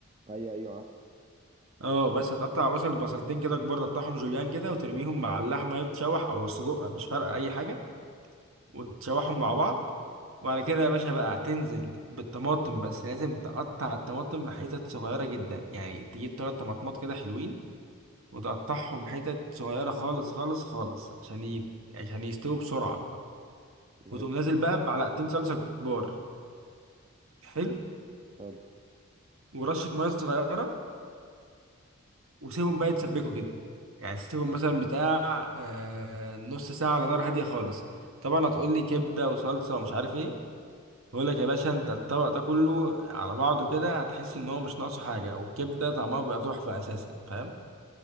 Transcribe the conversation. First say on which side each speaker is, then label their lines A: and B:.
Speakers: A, on the right; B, on the right.
A: ايوه ايوه عارف
B: اه بس هتقطع بصل بصلتين كده كبار تقطعهم جوليان كده وترميهم مع اللحمه اللي بتتشوح او السجق مش فارقه اي حاجه وتشوحهم مع بعض وبعد كده يا باشا بقى هتنزل بالطماطم بس لازم تقطع الطماطم حتت صغيره جدا يعني تجيب تلات طماطمات كده حلوين وتقطعهم حتت صغيرة خالص خالص خالص عشان ي... عشان يستووا بسرعة
A: ماشي
B: وتقوم نازل بقى بمعلقتين صلصة كبار حلو
A: حلو
B: ورشة مية صغيرة وسيبهم بقى يتسبكوا كده يعني سيبهم مثلا بتاع آه... نص ساعة على نار هادية خالص طبعا هتقول لي كبدة وصلصة ومش عارف ايه بقول لك يا باشا انت الطبق ده كله على بعضه كده هتحس ان هو مش ناقصه حاجة والكبدة طعمها بيبقى تحفة اساسا فاهم